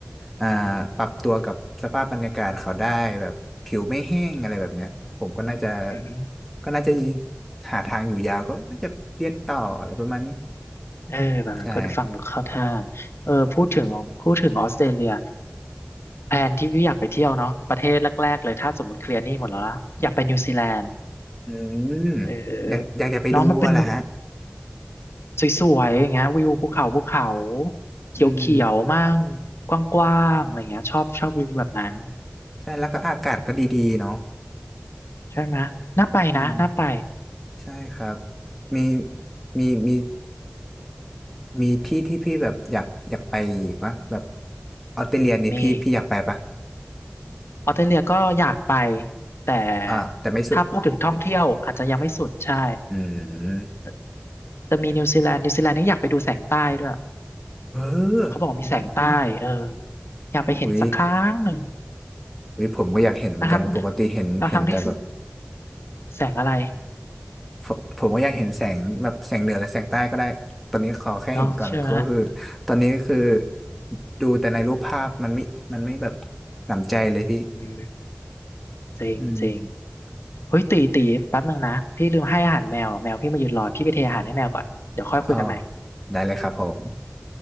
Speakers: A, in the centre; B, on the left.
A: อ่า
B: อืม
A: ปรับตัวกับสภาพบรรยากาศเขาได้แบบผิวไม่แห้งอะไรแบบเนี้ยผมก็น่าจะ
B: อือฮึ
A: ก็น่าจะหาทางอยู่ยาวก็น่าจะเรียนต่ออะไรประมาณนี้
B: เออแบบนั้นก็ฟังดูเข้าท่า
A: ใช่
B: เออพูดถึงของพูดถึงออสเตรเลียแผนที่พี่อยากไปเที่ยวเนาะประเทศแรกๆเลยถ้าสมมติเคลียร์หนี้หมดแล้วนะอยากไปนิวซีแลนด์
A: อืม
B: เออน้องมันเป็น
A: อยากอยากจะไปดูอะแหละฮะ
B: สวยๆอย่างเงี้ยวิวภูเขาภูเขาเขียวๆมั่งกว้างๆอะไรเงี้ยชอบชอบวิวแบบนั้น
A: อืมใช่แล้วก็อากาศก็ดีๆเนาะ
B: ใช่ไหมน่าไปนะน่าไป
A: อืมใช่ครับมีมีมีมีที่ที่พี่แบบอยากอยากไปอีกปะแบบออสเตรเลียนี่พี่พี่อยากไปปะ
B: มี ออสเตรเลียก็อยากไปแต่
A: อ่าแต่ไม่สุด
B: ถ้าพูดถึงท่องเที่ยวอาจจะยังไม่สุดใช่
A: อืม
B: จะจะมีนิวซีแลนด์นิวซีแลนด์นี่อยากไปดูแสงใต้ด้วย
A: เออ
B: เขาบอกว่ามีแสงใต้เอออยากไปเห็นสักครั้งหนึ่ง
A: วิวิผมก็อยากเห็นเหมือนกันปกติเห็นเห็นแต่แบบ
B: ทั้งทั้งทั้งที่แสงอะไร
A: ผมผมว่าอยากเห็นแสงแบบแสงเหนือหรือแสงใต้ก็ได้ ตอนนี้ขอแค่เห็นก่อนก็คือตอนนี้คือ
B: เนาะใช่ไหม
A: ดูแต่ในรูปภาพมันไม่มันไม่แบบหนำใจเลยพี่
B: อืมจริงจริง
A: อืม
B: เฮ้ยตีตีแป๊บหนึ่งนะพี่ลืมให้อาหารแมวแมวพี่มายืนรอพี่ไปเทอาหารให้แมวก่อนเดี๋ยวค่อยคุยกันใหม่
A: อ๋อได้เลยครับผม